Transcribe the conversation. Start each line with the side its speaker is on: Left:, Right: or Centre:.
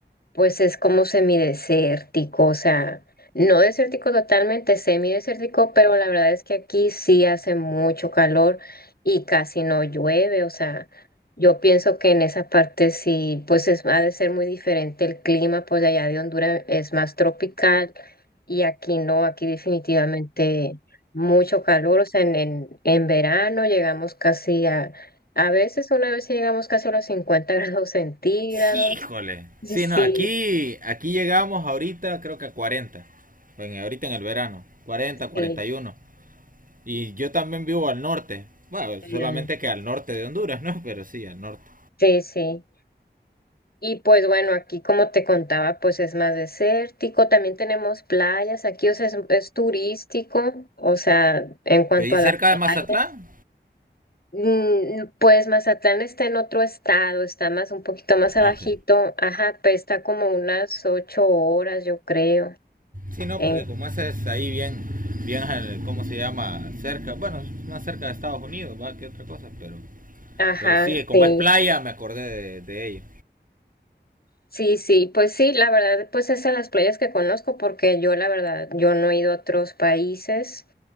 Left: Pues es como semidesértico, o sea, no desértico totalmente, semidesértico, pero la verdad es que aquí sí hace mucho calor y casi no llueve, o sea, yo pienso que en esa parte sí, pues es, ha de ser muy diferente el clima, pues de allá de Honduras es más tropical y aquí no, aquí definitivamente mucho calor, o sea, en, en, en verano llegamos casi a, a veces una vez sí llegamos casi a los 50 <laughs> grados centígrados.
Right: Híjole.
Left: sí
Right: Sí,
Left: Sí,
Right: no, aquí, aquí llegamos ahorita creo que a 40. Bueno, ahorita en el verano. cuarenta, cuarenta
Left: Sí,
Right: Y uno. Y yo también vivo al norte. Bueno,
Left: mm,
Right: solamente que al norte de Honduras, ¿no? Pero sí, al norte.
Left: sí, sí. Y pues bueno, aquí como te contaba, pues es más desértico, también tenemos playas, aquí, o sea, es, es turístico, o sea, en cuanto
Right: ¿Pedí
Left: a
Right: cerca
Left: las playas,
Right: de Mazatlán?
Left: mm, mm, pues Mazatlán está en otro estado, está más, un poquito más abajito,
Right: Ah, ok.
Left: ajá, pues está como unas ocho horas, yo creo,
Right: Sí, no,
Left: en,
Right: porque como esa es ahí bien, bien, al- ¿cómo se llama? Cerca, bueno, más cerca de Estados Unidos, va, que otra cosa, pero,
Left: ajá,
Right: pero sí, como
Left: sí.
Right: es playa, me acordé de, de ello.
Left: Sí, sí, pues sí, la verdad, pues es de las playas que conozco porque yo la verdad, yo no he ido a otros países.